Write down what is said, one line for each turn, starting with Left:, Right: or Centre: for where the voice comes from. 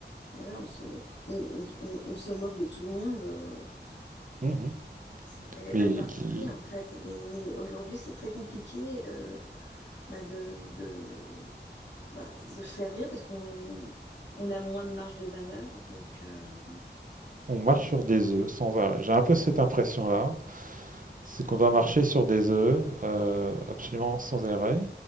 Left: voilà, on se on, on- on- on se moque de tout le monde, euh,
Right: Mhm.
Left: c'était pas il n'y avait
Right: Mais
Left: pas de parti
Right: qui-
Left: pris en fait. Et aujourd'hui, c'est très compliqué euh, bah, de de bah, de faire rire parce qu'on on a moins de marge de manœuvre, donc euh,
Right: on marche sur des œufs sans arrêt. J'ai un peu cette impression-là, c'est qu'on doit marcher sur des œufs euh, absolument sans arrêt.